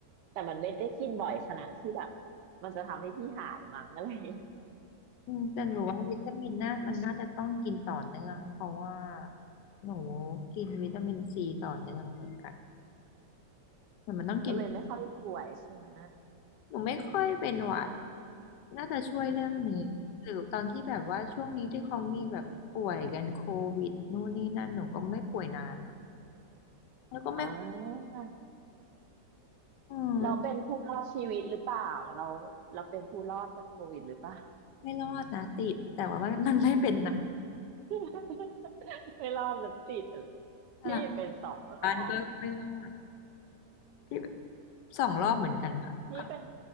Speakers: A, on the right (about 80°); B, on the left (about 80°).
A: แต่มันไม่ได้กินบ่อยขนาดที่แบบมันจะทำให้พี่หายมั้งอะไรอย่างเงี้ย
B: อืมแต่หนูว่าวิตามินน่ามันน่าจะต้องกินต่อเนื่องเพราะว่าหนูกินวิตามินซีต่อเนื่องเหมือนกันเหมือนมันต้องกิน
A: ก็เลยไม่ค่อยป่วยใช่ไหม
B: หนูไม่ค่อยเป็นหวัดน่าจะช่วยเรื่องนี้หรือตอนที่แบบว่าช่วงนี้ที่เขามีแบบป่วยกันโควิดนู่นนี่นั่นหนูก็ไม่ป่วยนานอ่ะ
A: อืม
B: แล้วก็ไม่
A: อ๋อ
B: อืม
A: เราเป็นผู้รอดชีวิตหรือเปล่าเราเราเป็นผู้รอดจากโควิดหรือเปล่า
B: ไม่รอดนะติดแต่ว่ามัน <laughs> มันไม่เป็นหนัก
A: <laughs> ไม่รอดมันติดอะไร
B: ตลาด
A: พี่เป็นสองรอบ
B: บ้านก็ไม่รอด พี่สองรอบเหมือนกันค่ะค่ะ
A: พี่เป็น